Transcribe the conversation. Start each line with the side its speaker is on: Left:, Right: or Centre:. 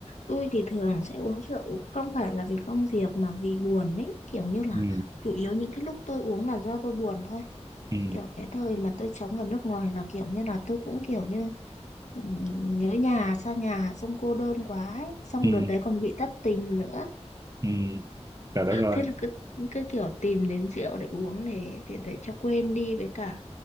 Left: tôi thì thường sẽ uống rượu không phải là vì công việc mà vì buồn ấy kiểu như là
Right: ừ
Left: chủ yếu những cái lúc tôi uống là do tôi buồn thôi
Right: ừ
Left: kiểu cái thời mà tôi sống ở nước ngoài là kiểu như là tôi cũng kiểu như Ừ, nhớ nhà xa nhà xong cô đơn quá ấy. xong
Right: ừ
Left: đợt đấy còn bị thất tình nữa
Right: ừ trời đất
Left: thế
Right: ơi
Left: là cứ cứ kiểu tìm đến rượu để uống để để để cho quên đi với cả